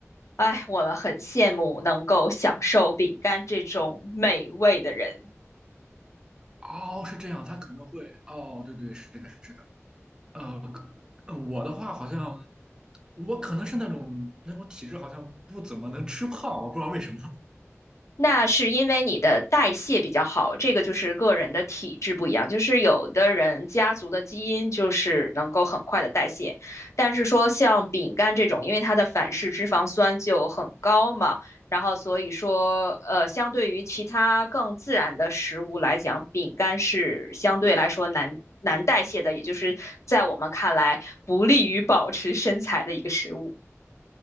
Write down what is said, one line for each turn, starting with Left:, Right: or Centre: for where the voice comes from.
Left: 哎，我们很羡慕能够享受饼干这种美味的人。
Right: 哦，是这样，他可能会，哦，对对，是的，是的，呃，可呃我的话好像，我可能是那种那种体质，好像不怎么能吃胖，我不知道为什么。
Left: 那是因为你的代谢比较好，这个就是个人的体质不一样。就是有的人家族的基因就是能够很快的代谢，但是说像饼干这种，因为它的反式脂肪酸就很高嘛，然后所以说，呃，相对于其他更自然的食物来讲，饼干是相对来说难难代谢的，也就是在我们看来不利于保持身材的一个食物。